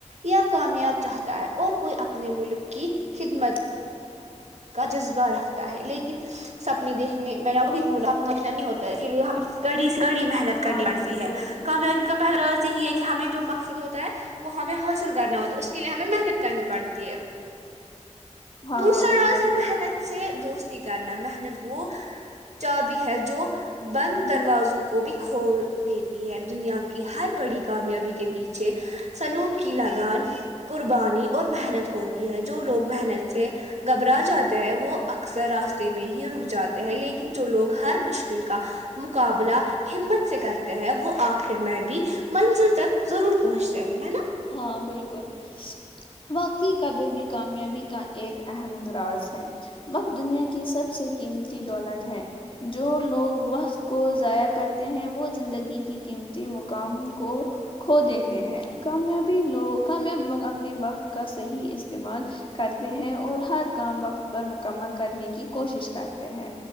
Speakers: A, on the right (about 65°); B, on the left (about 45°).
A: یا کامیاب چاہتا ہے اور کوئی اپنے ملک کی خدمت
B: <unintelligible> بت بار
A: کا جذبہ رکھتا ہے لیکن سپنے دیکھنے میں وہ بھی بلانا نقشا نہیں ہوتا ہے اس لیے ہم کڑی سے کڑی محنت
B: ہاں
A: کرنی پڑتی
B: بالکل
A: ہے کامیابی کا پہلا راض یہی ہے کہ ہمیں جو مقصد ہوتا ہے وہ ہمیں حاصل کرنا ہوتا ہے اس کے لیے ہمیں محنت کرنی پڑتی تی ہے
B: ہاں
A: دوسرا
B: بالکل
A: راز ہے محنت سے دوستی کرنا محنت وہ چا بی ہے جو بند دروازوں کو بھی کھول دیتی ہے دنیا کو ہر بڑی کامیابی کے پیچھے سلون کی لگان قربانی اور محنت ہوتی ہے جو لوگ محنت سے گھبرا جاتے ہے وہ اکثر راستے میں ہی رک جاتے ہے لیکن جو لوگ ہر مشکل کا مقابلہ ہمت سے کرتے ہیں وہ آخر میں بھی منزل تک ضرور پہنچتے ہیں ہے نا
B: ہاں بالکل واقعی قدر بھی کامیابی کا ایک اہم راز ہے وقت دنیا کی سب سے قیمتی دولت ہے جو لوگ وقت کو ضائع کرتے ہیں وہ زندگی کی قیمتی مقام کو کھو دیتے ہیں کامیابی لوگ کامیاب لوگ اپنے وقت کا صحیح استعمال کرتے ہیں اور ہر کام وقت پر مکمل کرنے کی کوشش کرتے ہیں